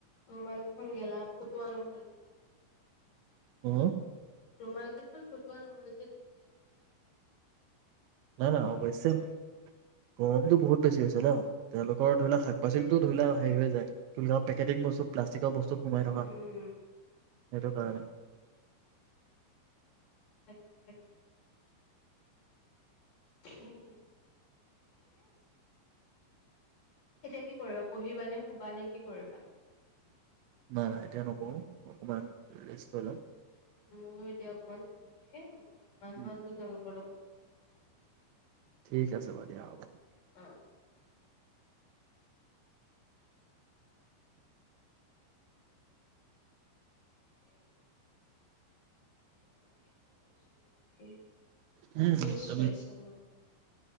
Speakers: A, on the left; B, on the right.
A: ৰুমালকেইখন গেলা ফুটোৱা নহয় যে
B: হম
A: ৰুমাল কেইখন ফুটোৱা নহল যে ঠিকে আছে দেই
B: নাই নাই অফ হৈছে গৰমতো বহুত বেছি হৈছে ন তেওঁলোকৰ ধৰি লোৱা শাক পাচলি টো ধোলা হেৰি হৈ যায় পেকেটিং বস্তু প্লাষ্টিকৰ বস্তু তো সোমাই থকা
A: উম
B: সেইটো কাৰণে
A: তাকে তাকে তাকে উম ঠিকে আছে এতিয়া কি কৰিবা পঢ়িবা নে শুবা নে কি কৰিবা
B: নাই নাই এতিয়া নপঢ়ো অকমান ৰেষ্ট লম
A: উ ময়ো এতিয়া অকমান শুমগে মানুহ
B: লম
A: আছে তেওঁলোকৰ লগত কথা পতোগে
B: ঠিক আছে বা দিয়া হ'ব
A: অ তাকে মই কৰিছিল নেকি
B: উম
A: বেছয়ছাৰ
B: তুমি
A: কলটো